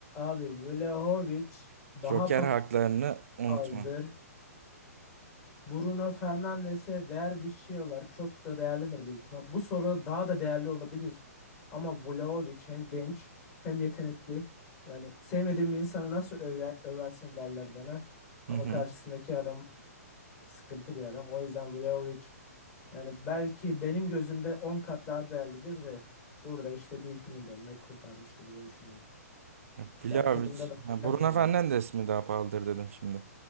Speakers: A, on the left; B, on the right.
A: Abi Vlahovic daha
B: Joker
A: pa-
B: haklarını unutma.
A: pahalıdır. Bruno Fernandes'e değer biçiyorlar. Çok da değerlidir büyük ihtimal. Bu soru daha da değerli olabilir. Ama Vlahovic hem genç hem yetenekli. Yani sevmediğim bir insanı nasıl öve- översin derler bana. Ama
B: Hı hı.
A: karşısındaki adam sıkıntı bir adam. O yüzden Vlahovic yani belki benim gözümde 10 kat daha değerlidir de burada işte bir 2 milyonla kurtarmıştır diye düşünüyorum.
B: Ya, Vlahovic.
A: Yani takımda da
B: Ha,
A: oynamıyor
B: Bruno
A: ya.
B: Fernandes mi daha pahalıdır dedin şimdi.